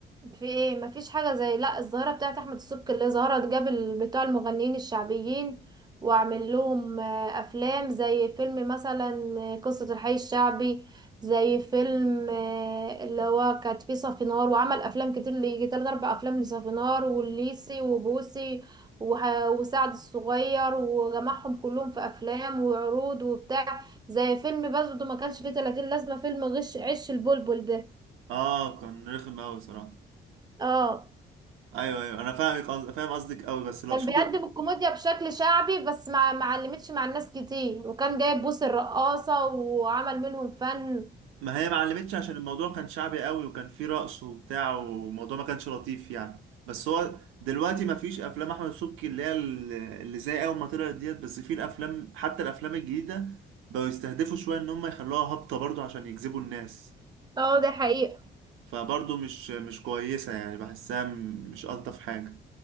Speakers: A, on the right (about 20°); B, on the right (about 85°).
A: في ايه مفيش حاجة زي لا الظاهرة بتاعت احمد السبكي اللي ظهرت جاب ال- بتوع المغنيين الشعبيين وعمل لهم آه، افلام زي فيلم مثلا آه، قصة الحي الشعبي زي فيلم آه، اللي هو كانت فيه صفينار وعمل افلام كتير اللي يجي تلات اربع افلام لصفينار والليسي وبوسي وه- وسعد الصغير وجمعهم كلهم في افلام وعروض وبتاع زي فيلم برضه ما كانش فيه 30 لازمة فيلم غش عش البلبل ده
B: اه كان رخم قوي صراحه
A: اه
B: ايوه ايوه انا فاهمك قصد- فاهم قصدك قوي بس اللي
A: كان
B: اقصده
A: بيقدم الكوميديا بشكل شعبي بس ما ما علمتش مع الناس كتير وكان جايب بوس الرقاصة وعمل منهم فن
B: ما هي ما علمتش عشان الموضوع كان شعبي قوي وكان فيه رقص وبتاع والموضوع ما كانش لطيف يعني بس هو دلوقتي ما فيش افلام احمد سبكي اللي هي ال- اللي زي اول ما طلعت ديت بس في الافلام حتى الافلام الجديده بقوا يستهدفوا شويه ان هم يخلوها هابطه برضو عشان يجذبوا الناس
A: اه ده حقيقة
B: فبرضه مش مش كويسة يعني بحسها م- مش ألطف حاجة